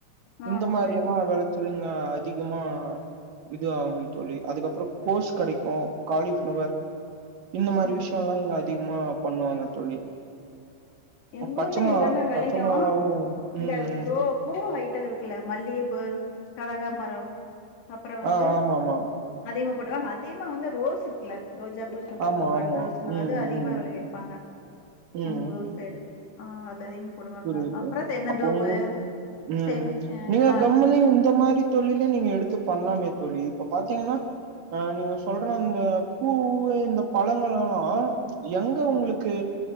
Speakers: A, on the left; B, on the right.
A: ஆ
B: இந்த மாரி
A: சரி.
B: எல்லா வெள ச்சலு இங்க அதிகமா இது ஆகும்ன்னு தோழி அதுக்கப்புற கோஸ் கெடைக்கு காலிஃப்ளவர் இந்த மாரி
A: ம்.
B: விஷயல்லா இங்க அதிகமா பண்ணுவாங்க தோழி
A: எங்க
B: பச்ச
A: ஊர்ல
B: மொளகா
A: எல்லாமே வெளையு
B: பச்ச மொளகாவு
A: இந்த
B: ம் ம்
A: ரோபோ பூ வையிட்ட இருக்குல்ல மல்லியப்பூ கடகா மரம் அப்புற வந்து
B: ஆ ஆமா ஆமா
A: அதிகமா போடுவாங்க அதிகமா வந்து ரோஸ் இருக்குல ரோஜா பு சொல்லுவாங்க
B: ஆமா
A: பட்
B: ஆமா
A: ரோஸ்னா
B: ம்
A: அது அதிகமா
B: ம்
A: வெளைவிப்பாங்க
B: ம்
A: எங்க ஊர் சைடு ஆ அது அதிக போடுவாங்க
B: புரியுது
A: அப்ற தென்னந்தோப்பு
B: பொங்கு ம்
A: தென் அ
B: நீங்க
A: இதெல்லா
B: கம்முனு
A: அதிகமா
B: இந்த மாரி தொழில நீங்க எடுத்து பண்லாமே தோழி இப்ப பாத்தீங்கன்னா அ நீங்க சொல்ற இந்த பூ இந்த பழங்கள் எல்லா எங் க உங்களுக்கு